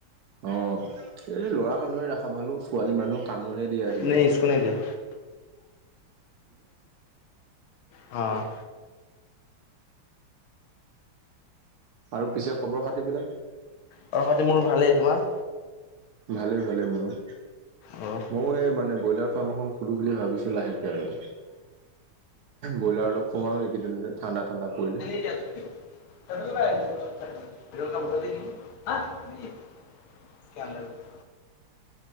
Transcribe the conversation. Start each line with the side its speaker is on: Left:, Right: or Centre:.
Right: অ এ ল'ৰা মানুহে ৰাখা ভালো ছোৱালী মানুহ কামোৰহে দি আহিলে
Left: নে স্কু নিদিয়া অ
Right: আৰু পিছে খবৰ খাতিবিলাক
Left: খবৰ সাতি মোৰ ভালেই তোমাৰ
Right: ভালেই ভালেই মোৰো।
Left: অ'।
Right: ময়ো সেই মানে ব্ৰইলাৰ ফাৰ্ম এখন খুলো বুলি ভাবিছোঁ লাহেকে আৰু। ব্ৰইলাৰ অলপ সোমাম এইকেইদিনতে ঠাণ্ডা ঠাণ্ডা পৰিলে।
Left: <unintelligible> <unintelligible>